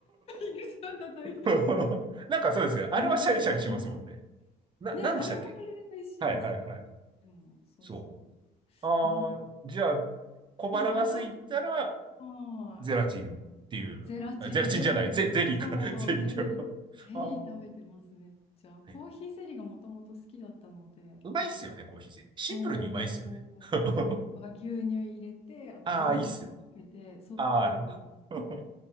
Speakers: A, on the left; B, on the right.
A: いぐさ畳み。
B: <laughs> なんかそうですよ。あれはシャリシャリしますもんね。
A: もぐさ、も
B: な、
A: ね、
B: なんでしたっけ
A: あれもあれで美味しいですよね。
B: はいはいはい。
A: でも、そうそ
B: そう。ああ、
A: う。うん。
B: じゃあ、小腹が空いたら、
A: え、じゃあ、アガチ、はい。
B: ゼラチンっていう、
A: ゼラチン、
B: あゼラチンじゃない、
A: ゼリー、
B: ゼ、ゼリーか、
A: そう、
B: <laughs> ゼリーっていうあー
A: ゼリー、ゼリー食べてます、めっちゃ。
B: はい
A: コーヒーゼリーがもともと好きだったので、
B: うまいっすよね、コーヒーゼリー。シンプルにうまいっすよね。
A: そう、
B: <laughs>
A: そう、牛乳入れて、あとオリゴ糖かけて、
B: ああ、いいっすよ。
A: そう、
B: ああ。<laughs>